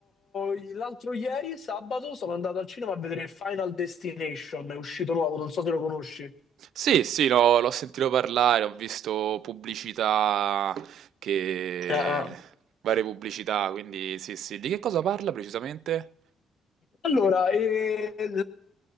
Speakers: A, on the left; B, on the right.
A: visto l'altro ieri, sabato, sono andato al cinema a vedere Final Destination, è uscito nuovo, non so se lo conosci.
B: Sì, sì, l'ho l'ho sentito parlare, ho visto pubblicità che...
A: Ah, ah.
B: varie pubblicità, quindi sì, sì. Di che cosa parla precisamente?
A: Allora, eh, eh,